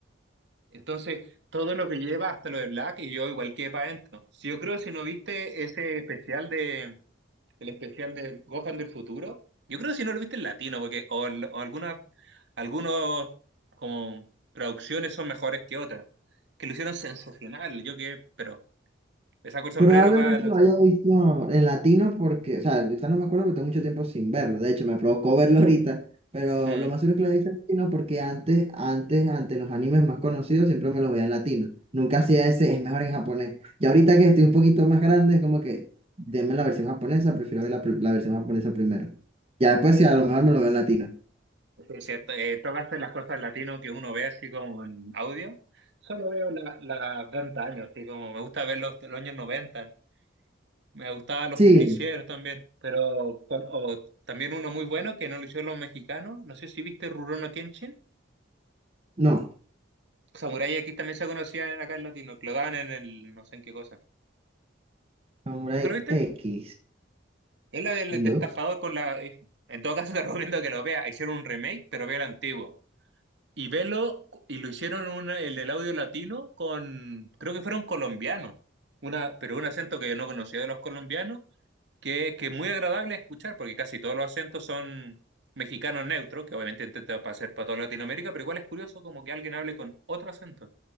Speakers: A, on the right; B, on the right.
A: Entonces, todo lo que lleva hasta lo de Black y yo igual quedé para adentro. Si yo creo que si no viste ese especial de el especial de Gohan del futuro, yo creo que si no lo viste en latino porque o, al- o alguna algunos como traducciones son mejores que otras, que lo hicieron sensacional, yo que pero le saco el sombrero
B: Probablemente
A: para los
B: lo haya
A: <laughs>
B: visto en latino porque, o sea, ahorita no me acuerdo porque tengo mucho tiempo sin verlo. De hecho, me provocó verlo ahorita. Pero
A: Mm.
B: lo más seguro es que lo haya visto en latino porque antes, antes, antes los animes más conocidos siempre me los veía en latino. Nunca hacía ese, es mejor en japonés. Y ahorita que estoy un poquito más grande, es como que, denme la versión japonesa, prefiero ver la, pr- la versión japonesa primero. Ya después, si a lo mejor me lo veo en latino.
A: Sí, es cierto, eh, tocaste las cosas en latino que uno ve así como en audio. Solo veo la, la de antaño, así como me gusta ver los, los años 90. Me gustaban los
B: Sí,
A: justicieros también, pero cuan- o también uno muy bueno que no lo hicieron los mexicanos. No sé si viste Rurouni Kenshin.
B: no.
A: Samurai aquí también se conocía acá en latino, que lo daban en el no sé en qué cosa.
B: Samurai
A: ¿Nunca lo viste?
B: X,
A: Es la del
B: no.
A: destafador con la hija. En todo caso te <laughs> recomiendo que lo veas. Hicieron un remake, pero ve el antiguo. Y velo, y lo hicieron un- el del audio latino con, creo que fueron colombianos, una, pero un acento que yo no conocía de los colombianos que, que es muy agradable escuchar, porque casi todos los acentos son mexicanos neutros, que obviamente intenta hacer para toda Latinoamérica, pero igual es curioso como que alguien hable con otro acento.